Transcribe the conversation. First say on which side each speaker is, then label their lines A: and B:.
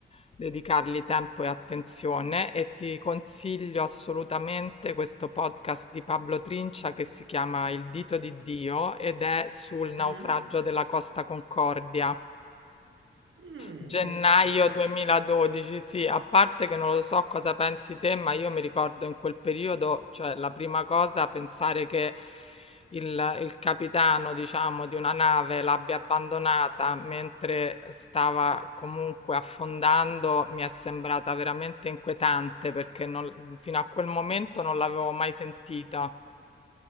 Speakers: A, on the left; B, on the right.
A: dedicargli tempo e attenzione e ti consiglio assolutamente questo podcast di Pablo Trincia che si chiama Il dito di Dio ed è sul naufragio
B: Ah,
A: della Costa Concordia.
B: mm,
A: Gennaio
B: interessante,
A: 2012, sì, a parte che non lo so cosa pensi te, ma io mi ricordo in quel periodo, cioè la prima cosa, pensare che il, il capitano, diciamo, di una nave l'abbia abbandonata mentre stava comunque affondando, mi è sembrata veramente inquietante perché non- fino a quel momento non l'avevo mai sentita.